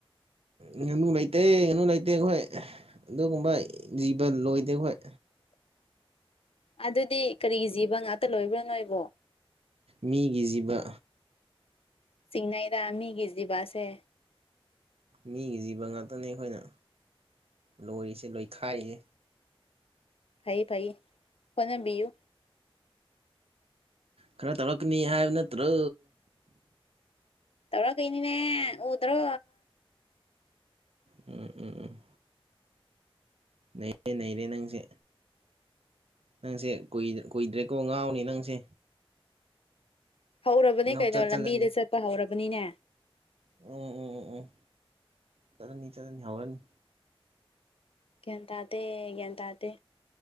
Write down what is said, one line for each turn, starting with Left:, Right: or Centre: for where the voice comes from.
Right: ꯉꯥꯅꯨ ꯂꯩꯇꯦ ꯉꯥꯅꯨ ꯂꯩꯇꯦ ꯑꯩꯈꯣꯏ ꯑꯗꯨꯒꯨꯝꯕ ꯖꯤꯕ ꯂꯣꯏꯗꯦ ꯑꯩꯈꯣꯏ
Left: <unintelligible> <inaudible> ꯑꯗꯨꯗꯤ ꯀꯔꯤꯒꯤ ꯖꯤꯕ ꯉꯥꯛꯇ ꯂꯣꯏꯕ꯭ꯔꯥ ꯅꯣꯏꯕꯨ
Right: ꯃꯤꯒꯤ ꯖꯤꯕ
Left: ꯆꯤꯡꯅꯩꯗ ꯃꯤꯒꯤ ꯖꯤꯕꯥꯁꯦ
Right: ꯃꯤꯒꯤ ꯖꯤꯕ ꯉꯥꯛꯇꯅꯦ ꯑꯩꯈꯣꯏꯅ ꯂꯣꯏꯔꯤꯁꯦ ꯂꯣꯏꯈꯥꯏꯔꯤꯁꯦ
Left: ꯐꯩꯌꯦ ꯐꯩꯌꯦ ꯍꯣꯠꯅꯕꯤꯌꯨ
Right: ꯈꯔ ꯇꯧꯔꯛꯀꯅꯤ ꯍꯥꯏꯕ ꯅꯠꯇ꯭ꯔꯣ
Left: ꯇꯧꯔꯀ ꯀꯩꯅꯤꯅꯦ ꯎꯗ꯭ꯔꯣ
Right: ꯎꯝ ꯎꯝ ꯎꯝ ꯅꯩꯔꯦ ꯅꯩꯔꯦ ꯅꯪꯁꯦ ꯅꯪꯁꯦ ꯀꯨꯏꯗ꯭ꯔꯦꯀꯣ ꯉꯥꯎꯅꯤ ꯅꯪꯁꯦ
Left: ꯍꯧꯔꯕꯅꯦ
Right: ꯉꯥꯎꯆꯠ
Left: ꯀꯩꯅꯣ
Right: ꯆꯠꯂꯅꯤ
Left: ꯂꯝꯕꯤꯗ ꯆꯠꯄ ꯍꯧꯔꯕꯅꯤꯅꯦ
Right: ꯎꯝ ꯎꯝ ꯎꯝ ꯎꯝ ꯆꯠꯂꯅꯤ ꯆꯠꯂꯅꯤ ꯍꯧꯔꯅꯤ
Left: ꯒ꯭ꯌꯥꯟꯇꯗꯦ ꯒ꯭ꯌꯥꯟꯇꯗꯦ